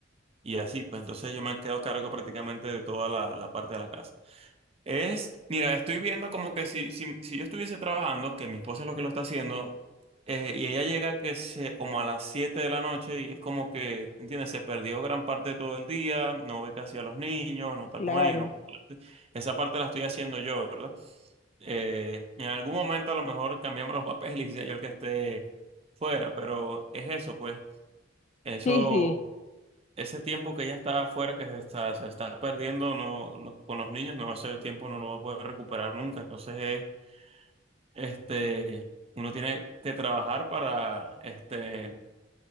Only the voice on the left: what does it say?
claro.
Sí, sí,